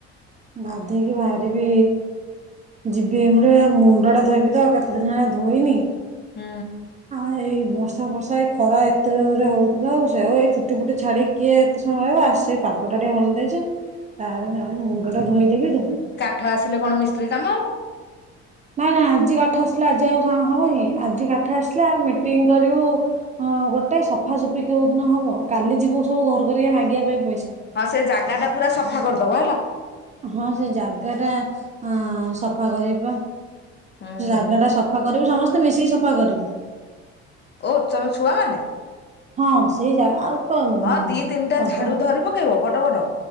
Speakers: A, on the right; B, on the left.
A: ଗାଧେଇକି ବାହାରିବି ଯିବି ଏମ ମୁଣ୍ଡ ଟା ଧୋଇବି ତ କେତେ ଦିନ ହେଲା ଧୋଇନି।
B: ହୁଁ।
A: ହଁ ଏଇ ବର୍ଷା ଫର୍ଷା ଏଇ ଖରା ଏତେରେ ହଉଥିଲା ଆଉ ସେଉ ଏଇ ଚୁଟି ଫୁଟି ଛାଡିକ। କିଏ ଏତେ ସମୟ ରହିବ ଆ ସେଇ ପାଗ ଟା ଟିକେ ଭଲ ଦେଇଛି ତାର ମୁଣ୍ଡ ଟା ଧୋଇଦେବି।
B: ଠା ଆସିଲେ କଣ ମିସ୍ତ୍ରୀ କାମ ହବ।
A: ନା ନା ଆଜି କାଠ ଆସିଲା ଆଜି ଆଉ କଣ ହବ କିଁ ଆଜି କାଠ ଆସିଲା ମିଟିଂ କରିବୁ। ହଁ ଗୋଟେ ସଫାସଫି କୋଉଦିନ ହବ କାଲି ଯିବୁ ସବୁ ଘର କରିକି ମାଗିବା ପାଇଁ ପଇସା।
B: ହଁ ସେ ଜାଗା ଟା ପୁରା ସଫା କରିଦବ ହେଲା।
A: ହଁ ସେ ଜାଗା ଟା ଅ ସଫା କରିବା ପା।
B: ହୁଁ
A: ସେ ଜାଗା ଟା ସଫା କରିବୁ ସମସ୍ତେ ମିଶିକି ସଫା କରିବୁ।
B: ଓ ତମେ ଛୁଆମାନେ?
A: ହଁ ସେଇ ଜାଗ ଆଉ କଣ
B: ହଁ ଦି ତିନିଟା
A: ସବ
B: ଝାଡୁ ଧରି ପକେଇବ ବଡ ବଡ